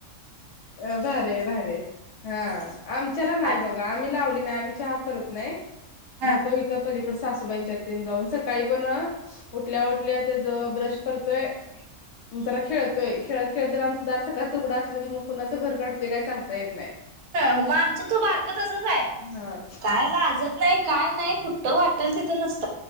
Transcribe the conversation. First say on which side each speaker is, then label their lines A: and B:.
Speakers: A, on the left; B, on the right.
A: अ भारी भारी आहे आमच्याला नाही
B: आज
A: बघा आम्ही लावली नाही आम्ही चहा करत नाही
B: हा
A: मग तो इथं पलीकडे सासूबाईंच्यात जाऊन सकाळी पण उठल्या उठल्या त्याच ब्रश करतोय जरा खेळतो. तोय खेळत खेळत जर आमचं दार सकाळच उघड असलं की मग कुणाच घर गाठतो कि नाही सांगता येत नाही.
B: मग आमचं तो बारक तसंच आहे
A: हा
B: काय लाजत नाही काय नाही कुठं वाटेल तिथे नसतं